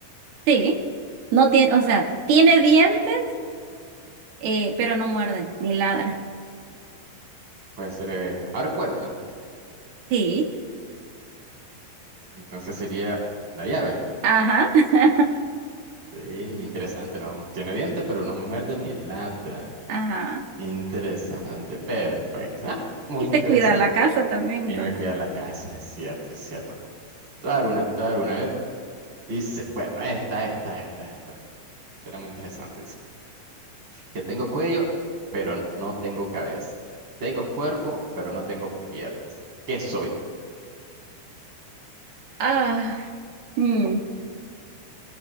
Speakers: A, on the right; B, on the right.
A: Sí, no tiene, o sea, tiene dientes, eh, pero no muerde ni ladra.
B: Puede ser, eh, abre puerta.
A: Sí,
B: Entonces sería la llave.
A: ajá, <laughs>
B: Sí, interesante, ¿no? Tiene dientes, pero no muerde ni ladra.
A: ajá.
B: Interesante, perfecto. Ah, Muy
A: Y
B: interesante.
A: te cuida la casa también, entonces.
B: Y me cuida la casa, es cierto, es cierto. Te voy a dar una, te voy a dar una, a ver. Dice, bueno, esta, esta, esta, esta. Suena muy interesante, dice. Que tengo cuello, pero no tengo cabeza. Tengo cuerpo, pero no tengo piernas. ¿Qué soy?
A: Ah. Mm,